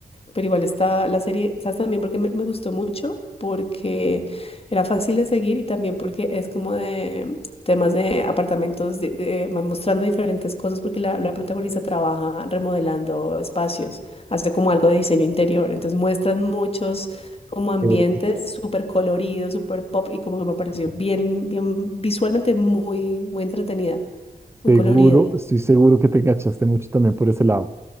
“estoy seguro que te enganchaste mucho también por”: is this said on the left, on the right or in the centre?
Right